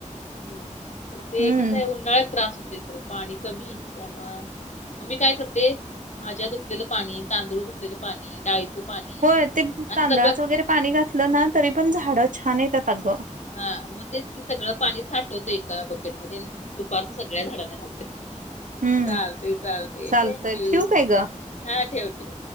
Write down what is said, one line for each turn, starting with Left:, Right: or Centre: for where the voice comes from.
Left: हम् तर
Right: हम्म
Left: ते कस आहे उन्हाळ्यात त्रास होतो पाणी कमी त्यामु मी काय करते भाज्या धुतलेलं पाणी तांदूळ धुतलेलं पाणी डाळीचं पाणी
Right: होय ते
Left: असं
Right: तांदळाचं
Left: सगळं
Right: वगैरे पाणी घातलं ना तरी पण झाडं छान येतात अगं
Left: हा मग तेच सगळं पाणी साठवतो एका बकेटमध्येध्ये दुपार सगळ झाडाना घाते
Right: हम्म
Left: चालते चालते
Right: चालतंय
Left: थँंक यू
Right: ठेवू काय ग
Left: हा ठेव ठेव